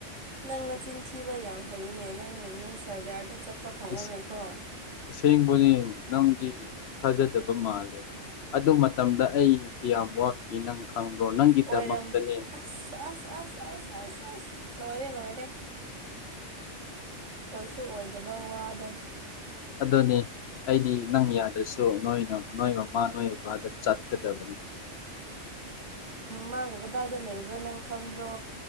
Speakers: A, on the right; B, on the left.
A: ꯅꯪ ꯅꯆꯤꯟꯊꯤꯕ ꯌꯥꯝ ꯍꯩꯅꯦ ꯅꯪ ꯅꯪ ꯁꯔꯀꯥꯔꯗ ꯐꯪꯉꯔꯣꯏꯀꯣ
B: ꯑꯁ ꯑꯁꯦꯡꯕꯅꯦ ꯅꯪꯗꯤ ꯊꯥꯖꯗꯕ ꯃꯥꯜꯂꯦ ꯑꯗꯨ ꯃꯇꯝꯗ ꯑꯩꯗꯤ ꯌꯥꯝ ꯋꯥꯈꯤ ꯅꯪ ꯈꯪꯕ꯭ꯔꯣ ꯅꯪꯒꯤꯗꯃꯛꯇꯅꯦ
A: ꯑꯣꯏꯔꯝ ꯑꯁ ꯑꯁ ꯑꯁ ꯑꯁ ꯑꯁ ꯑꯁ ꯂꯣꯏꯔꯦ ꯂꯣꯏꯔꯦ ꯑꯣꯏꯁꯨ ꯑꯣꯏꯗꯕ ꯋꯥꯗꯣ
B: ꯑꯗꯨꯅꯤ ꯑꯩꯗꯤ ꯅꯪ ꯌꯥꯗꯁꯨ ꯅꯣꯏꯅ ꯅꯣꯏꯃ ꯃꯥꯗꯣ ꯑꯩ ꯅꯨꯄꯥꯗ ꯆꯠꯀꯗꯕꯅꯤ
A: ꯃꯥꯥꯒ ꯀꯗꯥꯏꯗ ꯂꯩꯕ꯭ꯔꯣ ꯅꯪ ꯈꯪꯕ꯭ꯔꯣ